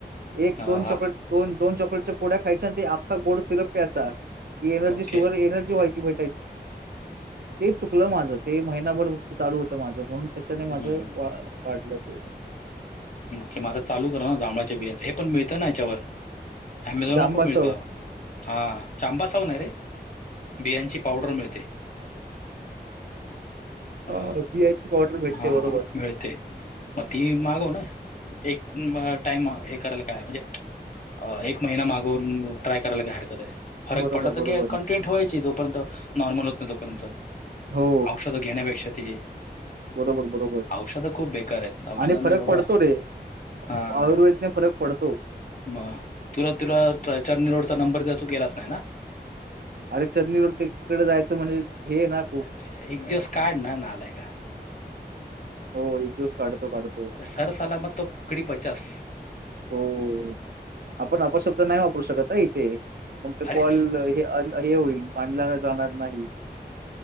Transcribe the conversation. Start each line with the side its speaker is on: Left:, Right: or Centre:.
Right: एक
Left: हा
Right: दोन
Left: हा
Right: चॉकलेट दोन दोन चॉकलेट गोड्या खायच्या ते अख गोड सिरप प्याचा एनर्जी
Left: ओके
Right: शुगर एनर्जी व्हायची भे ते चुकलं माझ ते महिभर चालू होत माझ म्हणून त्याच्याने माझं
Left: हम्म
Right: वा वाढलं ते
Left: किं म आता चालू करा ना जांभळाच्या बियांच हे पण मिळतं ना याच्यावर अमेझॉनवर
Right: जांबासव
Left: पण मिळत हा चांबा साह नाही आहे रे बियांची पावडर मिळते
Right: <unintelligible>
Left: अ
Right: हा बियाची पावडर भेटते
Left: हा
Right: बरोबर
Left: मिळते मग ती मागव ना एक टाइम एक करायला काय म्हणजे एक महिना मागवून ट्राय करायला काय हरकत आहे फरक
Right: बरोबर
Left: पडला तर
Right: बरोबर
Left: की कंटेंट ववायची जोपर्यंत नॉर्मल होत नाही तोपर्यंत
Right: हो
Left: औषध घ घेण्या अपेक्षा त
Right: बरोबर बरोबर
Left: औषधं खूप बेकार आहेत औषध
Right: आणि फरक
Left: नाही बाबा
Right: पडतो रे
Left: हा
Right: आयुर्वेदने फरक पडतो
Left: मग तुला तुला चनी रोडचा नंबर देत तू केलाच नाही ना
Right: अरे चटणीवर तिकडे जायचं म्हणजे हे आहे ना खूप
Left: अर एक दिवस काढ ना नालायका
Right: हो एक दिवस काढत तो
Left: अरे सर सलामत तो पकडी पचास
Right: हो तै पण अपशब्द नाही वापरू शकत इथे मग ते
Left: अरे
Right: कॉल होईल मानला जाणार नाही